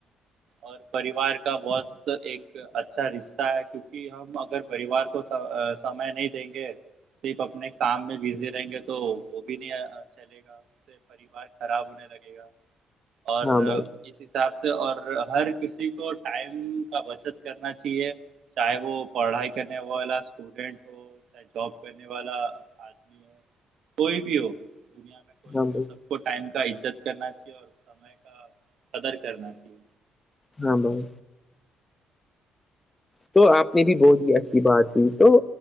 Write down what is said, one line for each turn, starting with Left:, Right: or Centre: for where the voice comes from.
Right: اور پریوار کا بہت ایک اچھا رشہ کیونکہ ہم اگر پریوار کو سمے نہیں دیں گے صرف اپنے کام میں بزی رہیں گے تو وہ بھی نہیں چلے گا سے پریوار خراب ہونے لگے گا اور
Left: ہاں بھائی
Right: <inaudible> اس حساب سے اور ہر کسی کو ٹائم کا بچت کرنا چاہیے چاہے وہ پڑھائی کرنے ہوا والا اسٹوڈینٹ ہو چاہے جاب کرنے والا آدمی ہو کوئی بھی ہو دنیا میں کوئی
Left: ہاں
Right: بھی
Left: بھائی
Right: ہو سب کو ٹائم کا عزت کرنا چاہیے اور سمے کا قدر کرنا چاہیے
Left: ہاں بھائی تو آپ نے بھی بہت ہی اچھی بات کی تو